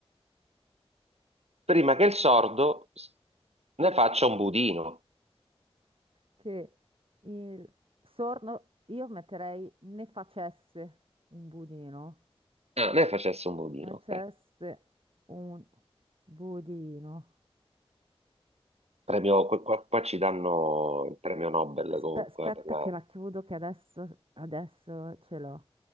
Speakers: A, on the right; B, on the right.
A: Prima che il sordo s- ne faccia un budino.
B: che il sorno, io metterei ne facesse un budino,
A: Ah, Ne facesse un budino,
B: facesse
A: ok.
B: un budino.
A: Premio, qua, qua- qua ci danno il premio Nobel
B: Aspe-
A: comunque
B: aspetta
A: eh, per la...
B: che la chiudo, che adesso, adesso ce l'ho.